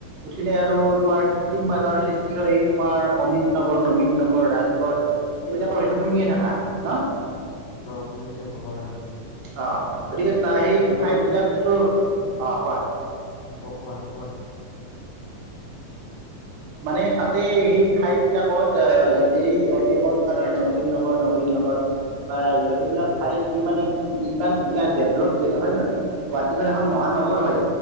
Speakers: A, on the right (about 80°); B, on the left (about 70°).
A: উঠিলে আৰু তোমাৰ কৃত্ৰিম পানৰ সৃষ্টি হয়। তোমাৰ অনিল নগৰ, নবীন নগৰ, ৰাজগড়, এইবিলাকৰ হয়তো শুনিয়ে থাককা ন।
B: ক শুনি থাকো হয় হয়
A: অ' গতিকে ত সেই
B: তোমাৰ
A: ঠাই
B: মানে
A: বিলাকতো অ' কোৱা?
B: কোৱা-কোৱা-কোৱা।
A: মানে তাতে সেই ঠাই বিলাকত অ' অনময় ধৰণে অনিল নগৰ নবীন নগৰ। বা ৰাজগড় সেইবিলাক
B: উম
A: ঠাইত যি মানে ইমান ধুনীয়া ডেভলপ জেগা হয় নে নহয়। গুৱাহাটীখন এখন মহানগৰ হয়